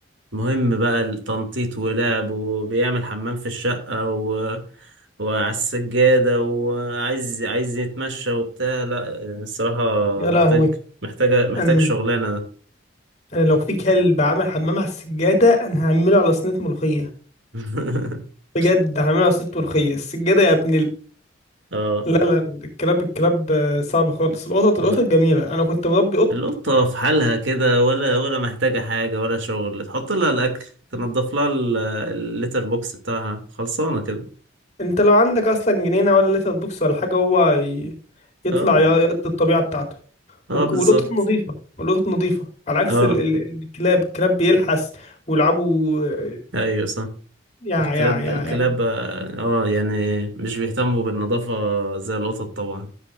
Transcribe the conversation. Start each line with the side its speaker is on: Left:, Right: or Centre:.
Right: المهم بقى التنطيط ولعب وبيعمل حمام في الشقة و... وعلى السجادة وعايز عايز يتمشى وبتاع لا الصراحة
Left: يا
Right: محتاج
Left: لهوي
Right: محتاجة محتاج
Left: أن
Right: شغلانة ده
Left: أنا لو في كلب عامل حمام على السجادة أنا هعمله على صينية ملوخية
Right: <laughs>
Left: بجد هعمله على صينية ملوخية السجادة يا ابن ال...
Right: اه
Left: لا لا الكلاب الكلاب آه، صعب خالص القطط القطط
Right: آه.
Left: جميلة أنا كنت مربي قط
Right: القطة في حالها كده ولا ولا محتاجة حاجة ولا شغل تحط لها الأكل تنضف لها ال- الليتر بوكس بتاعها خلصانة كده
Left: أنت لو عندك أصلا جنينة ولا لتر بوكس ولا حاجة هو ي... يطلع
Right: اه
Left: ي- يقضي الطبيعة بتاعته
Right: اه
Left: والك-
Right: بالظبط
Left: والقطط نظيفة والقطط نظيفة على عكس
Right: اه
Left: ال... ال... الكلاب الكلاب بيلحس ويلعبوا آه،
Right: ايوه صح
Left: يا
Right: الكلاب
Left: يا يا
Right: الكلاب
Left: يا
Right: اه آه، يعني مش بيهتموا بالنظافة زي القطط طبعا